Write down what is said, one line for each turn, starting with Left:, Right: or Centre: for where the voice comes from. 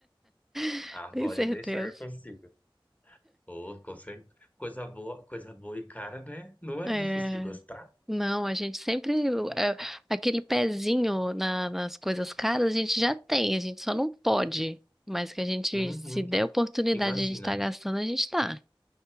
Centre: <laughs>
Left: Ah,
Centre: tenho
Left: pode
Centre: certeza.
Left: deixar que eu consigo. Ô, com certeza. Coisa boa, coisa boa e cara, né? Não é
Centre: É,
Left: difícil de gostar.
Centre: não, a gente sempre. é, aquele pezinho na- nas coisas caras a gente já tem, a gente só não pode. Mas que a gente,
Left: Uhum.
Centre: se der oportunidade,
Left: Imagina.
Centre: a gente tá gastando, a gente tá.